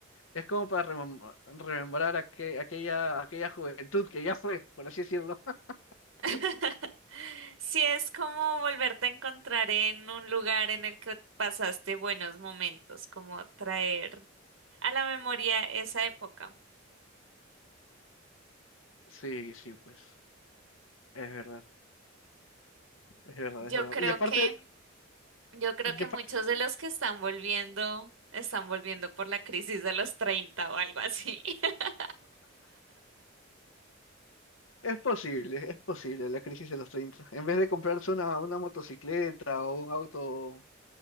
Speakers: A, on the left; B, on the right.
A: Es como para remem- remembrar aque- aquella, aquella juventud que ya fue, por así decirlo. <laughs>
B: <laughs> Sí, es como volverte a encontrar en un lugar en el que pasaste buenos momentos, como traer a la memoria esa época.
A: Sí, sí, pues. Es verdad, es verdad,
B: Yo
A: es verdad.
B: creo
A: Y aparte,
B: que, yo creo
A: y
B: que
A: aparte,
B: muchos de los que están volviendo, están volviendo por la crisis de los 30 o algo así. <laughs>
A: es posible, es posible la crisis de los treinta En vez de comprarse una, una motocicleta o un auto